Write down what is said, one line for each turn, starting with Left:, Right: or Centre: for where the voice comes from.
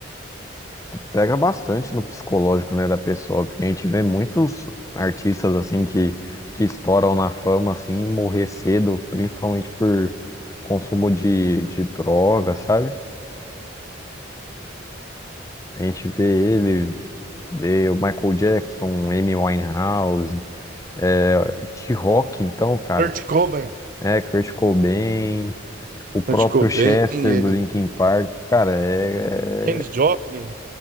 Left: Pega bastante no psicológico, né, da pessoa, porque a gente vê muitos artistas assim que, que estouram na fama assim, e morrer cedo, principalmente por consumo de, de droga, sabe? A gente vê ele, vê o Michael Jackson, Amy Winehouse, é, de rock então, cara,
Right: Kurt Cobain.
Left: é Kurt Cobain, o próprio
Right: Kurt Cobain,
Left: Chester
Right: ele,
Left: do Linkin Park, cara, é,
Right: Janis
Left: é
Right: Joplin,